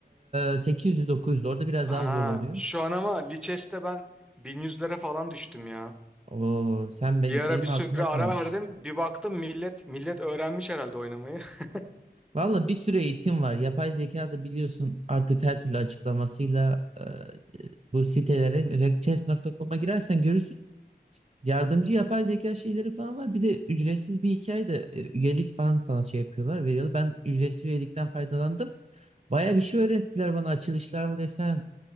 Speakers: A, on the right; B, in the centre.
A: e, 800-900. Orada biraz
B: Ha,
A: daha zor oluyor.
B: şu an ama Lichess'te ben 1100'lere falan düştüm ya.
A: Oo sen ben,
B: Bir ara
A: benim
B: bir süre
A: altımda
B: ara
A: kalmışsın.
B: verdim. Bir baktım millet millet öğrenmiş herhalde oynamayı. <laughs>
A: Valla bir sürü eğitim var. Yapay zeka da biliyorsun artık her türlü açıklamasıyla e, bu sitelere özellikle chess.com'a girersen görürsün. Yardımcı yapay zeka şeyleri falan var. Bir de ücretsiz bir hikaye de e, üyelik falan sana şey yapıyorlar, veriyorlar. Ben ücretsiz üyelikten faydalandım. Baya bir şey öğrettiler bana. Açılışlar mı desen,